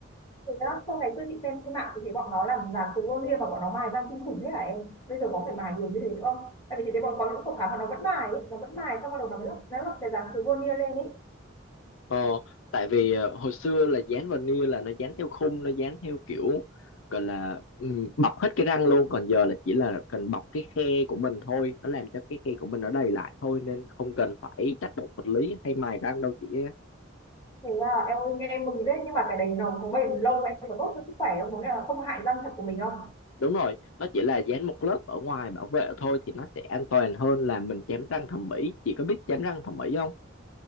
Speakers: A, on the left; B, on the left.
A: Thế đó sau ngày xưa chị xem trên mạng thì thấy bọn nó làm giả từ vô lia và bọn nó mài răng kinh khủng thế hả em? Bây giờ có phải
B: Ừ.
A: mài nhiều như thế nữa không? Tại vì chị thấy bọn có những phòng khám mà nó vẫn mài ấy, nó vẫn mài xong bắt đầu nó mới lắp nó lắp cái dán từ vô lia lên ấy.
B: Ờ, tại vì ờ, hồi xưa là dán veneer là nó dán theo khung, nó dán theo kiểu gọi là ừm, bọc hết cái răng luôn, còn giờ là chỉ là cần bọc cái khe của mình thôi, nó làm cho cái khe của mình nó đầy lại thôi nên không cần phải tác động vật lý hay mài răng đâu chị. á.
A: Thế à, em ơi nghe em mừng đấy nhưng mà cái đấy nó có bền lâu em có tốt cho sức khỏe không? Có nghĩa là không hại răng thật của mình không?
B: Đúng rồi, nó chỉ là dán một lớp ở ngoài bảo vệ thôi thì nó sẽ an toàn hơn là mình chém răng thẩm mỹ. Chị có biết chém răng thẩm mỹ không?